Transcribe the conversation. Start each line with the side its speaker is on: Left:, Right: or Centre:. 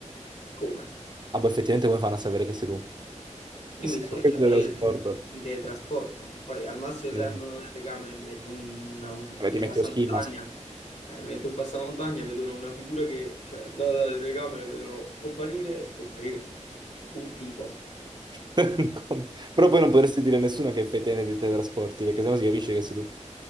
Left: come?
Right: Ah, boh, effettivamente come fanno a sapere che sei tu?
Left: Io
Right: Sì,
Left: mi so,
Right: <laughs>
Left: cioè,
Right: dello
Left: io
Right: sport.
Left: mi teletrasporto. Poi al massimo se
Right: Eh,
Left: hanno le telecamere mi metto un, una- un-
Right: vabbè,
Left: un
Right: ti metti
Left: passamontagna.
Right: lo ski mask.
Left: Eh, mi metto un passamontagna, vedono una figura che, cioè, da- dalle telecamere vedono comparire e scomparire un tipo.
Right: <laughs> Come? Però poi non potresti dire a nessuno che effettivamente ti teletrasporti, perché sennò si capisce che sei tu.